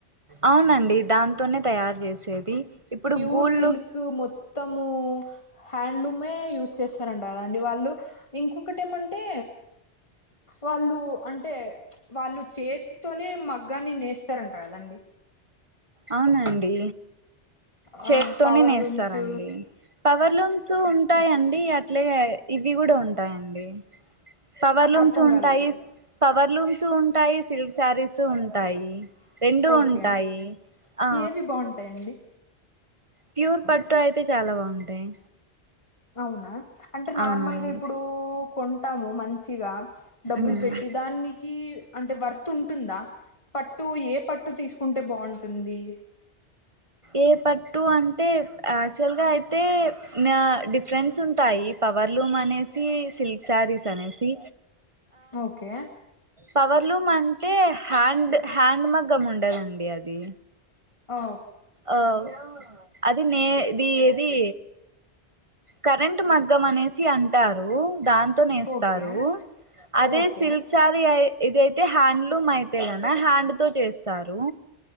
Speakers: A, on the right; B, on the left.
A: అవునండి దాం తోనే తయారు చేసేది ఇప్పుడు
B: ప్యూర్
A: గూళ్ళు
B: సిల్క్ మొత్తము హ్యాండ్లూమే యూస్ చేస్తారంట కదండి వాళ్ళు ఇంకొకటి ఏమంటే వాళ్ళు అంటే వాళ్ళు చేతోనే మగ్గాని నేస్తారంట కదండి
A: అవునండీ చేత్తోనే
B: ఆ పవర్
A: నేస్తరండి
B: లూమ్స్
A: పవర్ లూమ్స్ ఉంటాయండి అట్లే ఇవి గుడ ఉన్ ఉంటాయ్ అండి పవర్లూమ్స్
B: అర్థం
A: ఉంటాయి
B: కాలేదు
A: పవర్లూమ్స్ ఉంటాయి సిల్క్ సారీస్ ఉంటాయి రెండూ
B: ఓకే
A: ఉంటాయి ఆ
B: ఏవి బాగుంటాయ్ అండి
A: ప్యూర్ పట్టు అయితే చాలా బాగుంటాయి
B: అవునా అంటే నార్మల్గా
A: అవునండి
B: ఇప్పుడూ కొంటాము మంచి చిగా డబ్బులు
A: మ్మ్
B: పెట్టి దానికి అంటే వర్త్ ఉంటుందా పట్టు ఏ పట్టు తీసుకుంటే బావుంటుంది
A: ఏ పట్ టూ అంటే యాక్చువల్గా అయితే ఆ డిఫరెన్స్ ఉంటాయి పవర్లూమ్ అనేసి సిల్క్ శారీస్ అనేసి
B: ఓకే
A: పవర్లూమ్ అంటే హ్యాండ్ హ్యాండ్ మగ్గం ఉండదండి అది
B: ఓ
A: ఆ అది నే ది ఏది కరెంట్ మగ్గం అనేసి అంటారు దాంతో నేస్తారు
B: ఓకే
A: అదే
B: ఓకే
A: సిల్క్ సారి ఐ ఇదైతే హ్యాండ్ లు యితే కద హ్యాండ్ తో చేస్తారు